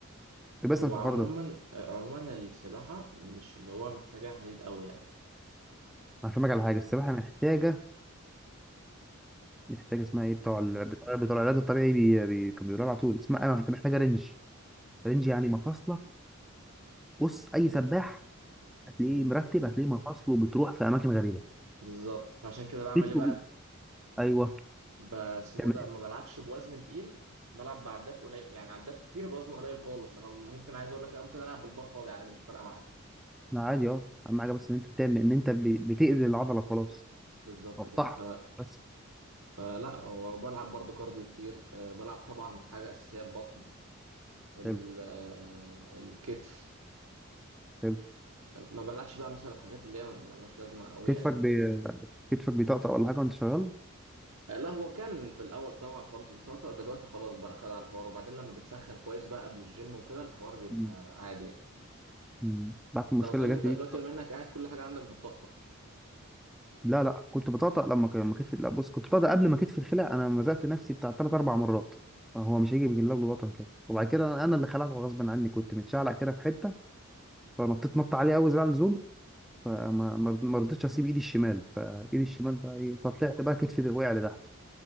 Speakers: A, in the centre; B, on the right.
A: لا بس
B: هو
A: في
B: عموما
A: الحوار ده
B: آه، عموما السباحه مش اللي هو محتاجه حديد قوي يعني
A: هفهمك
B: فاهم
A: على حاجه السباحه محتاجه محتاجه اسمها ايه بتوع ال- بتوع بتوع العلاج الطبيعي بي... بي... كانوا بيقولوا لها على طول اسمها محتاجه رنج رينج يعني مفاصله بص اي سباح هتلاقيه
B: مم.
A: مرتب هتلاقيه مفاصله بتروح في اماكن غريبه
B: بالظبط فعشان كده بعمل
A: كتفه
B: ايه بقى
A: بي- ايوه
B: بسمو
A: تعمل
B: ده
A: إيه؟
B: ما بلعبش بوزن تقيل بلعب بعدات قليل يعني عدات كتير بوزن قليل خالص انا ممكن عايز اقول لك انا ممكن العب بالبار فاضي عادي مش فارقه معايا
A: لا عادي اه اهم حاجه بس ان انت بتعمل ان انت ب- بتاذي العضله خلاص
B: بالظبط
A: قطعها
B: كده ف...
A: بس
B: فلا وبلعب برضو كارديو كتير أه، بلعب طبعا حاجه اساسيه البطن ال...
A: حلو
B: أه، الكتف
A: حلو
B: ما بلعبش بقى مثلا الحاجات اللي هي ملهاش لازمه قوي
A: كتفك
B: يعني مم-
A: بي... كتفك بيطقطق ولا حاجه وانت شغال
B: أه، لا هو كان في الاول طبعا خالص بيطقطق دلوقتي خلاص بقى خد على الحوار وبعدين لما بتسخن كويس بقى قبل الجيم وكده الحوار بيبقى
A: مم.
B: عادي يعني.
A: مم. بعد المشكله
B: انت اظن
A: اللي
B: انت
A: جات لي
B: دلوقتي
A: دي
B: بما انك قاعد كل حاجه عندك بتطقطق
A: لا لا كنت بطقطق لما كان- لما كتفي لا بص كنت بطقطق قبل ما كتفي الخلع انا مزقت نفسي بتاع ثلاث اربع مرات هو مش هيجي بالله بالوطن كده وبعد كده انا اللي خلعته غصب عني كنت متشعلق كده في حته فنطيت نط عليه قوي زي على اللزوم فما
B: مم.
A: ما ما رضيتش اسيب ايدي الشمال فايدي الشمال بقى ايه فطلعت بقى كتفي وقع لتحت